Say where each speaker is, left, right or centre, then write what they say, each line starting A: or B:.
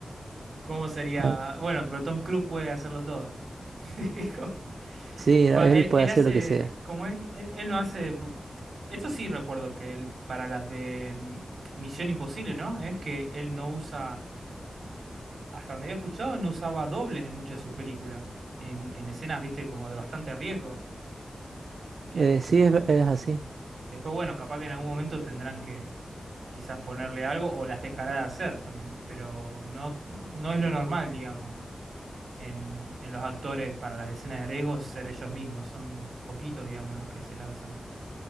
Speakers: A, on the right; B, on the right.
A: ¿Cómo sería?
B: No,
A: Bueno, pero Tom Cruise puede hacerlo todo. <laughs> Como-
B: sí, no,
A: Va,
B: él
A: él,
B: puede
A: él
B: hacer
A: hace,
B: lo que sea.
A: como es, él, él no hace... pr- Esto sí recuerdo que él, para las de mm, Misión Imposible, ¿no? Es que él no usa hasta donde había escuchado, no usaba dobles en muchas de sus películas. En, en escenas, viste, como de bastante riesgo. Eh,
B: Eh, sí, es, ver- es así.
A: después, bueno, capaz que en algún momento tendrán que quizás ponerle algo o las dejará de hacer también, pero no, no es lo normal, digamos, en, en los actores para las escenas de riesgo ser ellos mismos. Son poquitos, digamos, los que se lanzan.